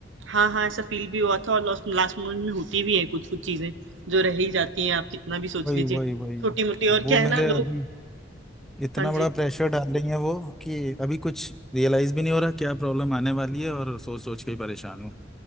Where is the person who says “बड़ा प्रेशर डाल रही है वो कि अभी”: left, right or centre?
Centre